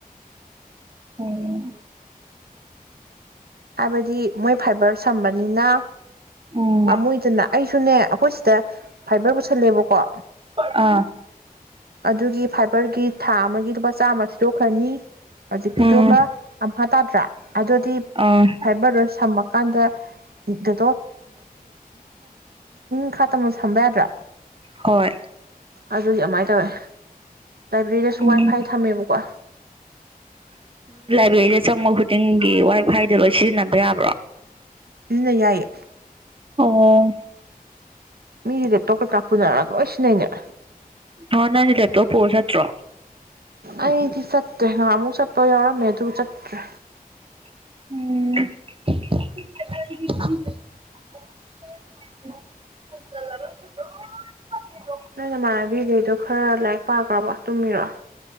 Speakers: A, on the right; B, on the right.
A: ꯎꯝ
B: ꯍꯥꯏꯕꯗꯤ ꯃꯣꯏ ꯐꯥꯏꯕꯔ ꯁꯝꯕꯅꯤꯅ
A: ꯎꯝ
B: ꯄꯥꯃꯨꯏꯗꯅ ꯑꯩꯁꯨꯅꯦ ꯑꯩꯈꯣꯏ ꯁꯤꯗ ꯐꯥꯏꯕꯔ ꯄꯨꯁꯜꯂꯦꯕꯀꯣ
A: ꯑꯥ
B: ꯑꯗꯨꯒꯤ ꯐꯥꯏꯕꯔꯒꯤ ꯊꯥ ꯑꯃꯒꯤ ꯂꯨꯄꯥ ꯆꯥꯝꯃꯥ ꯊꯤꯗ‌ꯣꯛꯈ꯭ꯔꯅꯤ ꯍꯧꯖꯤꯛꯀꯤꯗꯨꯒ
A: ꯎꯝ
B: ꯑꯝꯐꯥ ꯇꯥꯗ꯭ꯔꯥ ꯑꯗꯨꯗꯤ
A: ꯑꯥ
B: ꯐꯥꯏꯕꯔꯗꯨ ꯁꯝꯃꯀꯥꯟꯗ ꯗ <unintelligible> ꯏꯈꯥ ꯇꯝꯅ ꯁꯝꯕ ꯌꯥꯗ꯭ꯔꯥ
A: ꯍꯣꯏ
B: ꯑꯗꯨꯗꯤ ꯑꯗꯨꯃꯥꯏꯅ ꯇꯧꯋꯦ ꯂꯥꯏꯕ꯭ꯔꯦꯔꯤꯗꯁꯨ
A: ꯎꯝ
B: ꯋꯥꯏ ꯐꯥꯏ ꯊꯝꯃꯦꯕꯀꯣ
A: ꯕ꯭ꯔꯤꯗ ꯆꯪꯕ ꯈꯨꯗꯤꯡꯒꯤ ꯋꯥꯏ ꯐꯥꯏꯗꯣ ꯂꯣꯏ ꯁꯤꯖꯤꯟꯅꯕ ꯌꯥꯕ꯭ꯔꯣ
B: ꯁꯤꯖꯤꯟꯅ ꯌꯥꯏꯌꯦ
A: ꯑꯣ
B: ꯃꯤꯒꯤ ꯂ‌ꯦꯞꯇꯣꯞꯀꯩꯀꯥ ꯄꯨꯅꯔꯒ ꯂꯣꯏ ꯁꯤꯟꯖꯅꯩꯅꯦ
A: ꯍ‌ꯣ ꯅꯪꯗꯤ ꯂ‌ꯦꯞꯇ‌ꯣꯞ ꯄꯨꯔꯒ‌ꯆꯠꯇ ꯇ꯭ꯔ‌ꯣ
B: ꯑꯩꯗꯤ ꯆꯠꯇ꯭ꯔꯦ ꯉꯍꯥꯃꯨꯛ ꯆꯠꯄ ꯌꯥꯎꯔꯝꯃꯦ ꯑꯗꯨ ꯆꯠꯇ꯭ꯔꯦ
A: ꯎꯝ
B: ꯅꯪ ꯅꯃꯥꯟꯅꯕꯤꯈꯩꯗꯣ ꯈꯔ ꯂꯥꯏꯔꯤꯛ ꯄꯥꯈ꯭ꯔꯕ ꯇꯨꯝꯃꯤꯔꯣ